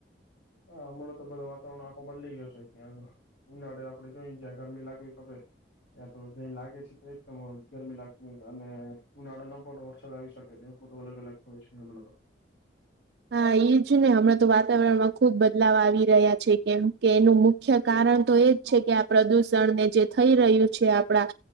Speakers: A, on the left (about 75°); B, on the right (about 70°).
A: હા હમણાં તો બધો વાતાવરણ આંખો બદલી ગયો છે ત્યાં ઉનાળે આપડે જોઈને જ્યા ગરમી લાગવી ખડે ત્યાં તો જ લાગે છે તો એકદમ ગરમી લાગતી અને ઉનાળા ન પણ વરસાદ આવી શકે કે એ બધ અલ અલગ હોય છે એમણા તો
B: હા એજ ને હમણાં તો વાતાવરણમાં ખુબ બદલાવ આવી રહ્યા છે કેમ કે એનું મુખ્ય કારણ તો એજ છે કે આ પ્રદુષણને જે થઈ રહ્યું છે છે આપણા